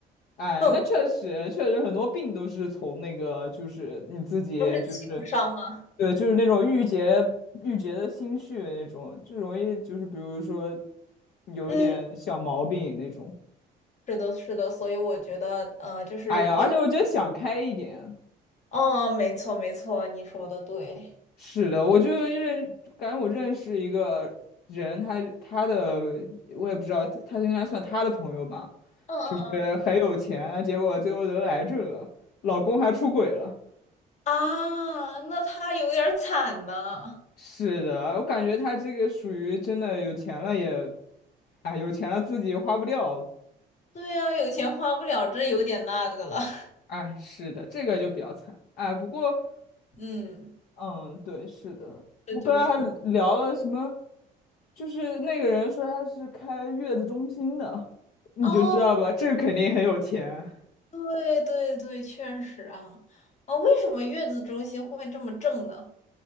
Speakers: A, on the left; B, on the left.
A: 哎，
B: 氛围，
A: 那确实，确实很多病都是从那个，就是你自己，
B: 都是情商啊。
A: 就是对，就是那种郁结、郁结的心绪那种，就容易就是比如说有一点小毛病那种。
B: 嗯，是的，是的，所以我觉得，呃，就是要，
A: 哎呀，而且我觉得想开一点。
B: 嗯，没错，没错，你说的对。
A: 是的，我就认，感觉我认识一个人，他他的我也不知道，他他应该算他的朋友吧，
B: 嗯嗯嗯，
A: 就是很有钱，结果最后得癌症了，老公还出轨了。
B: 啊，那他有点儿惨呐。
A: 是的，我感觉他这个属于真的有钱了也，哎，有钱了自己花不掉，
B: 对呀，有钱花不了，这有点那个了。<laughs>
A: 哎，是的，这个就比较惨。哎，不过，
B: 嗯，
A: 嗯，对，是的，
B: 这就是。
A: 我刚才还聊了什么，就是那个人说他是开月子中心的，你就知道吧，
B: 哦，
A: 这个肯定很有钱。
B: 对对对，确实啊。哦，为什么月子中心会这么正呢？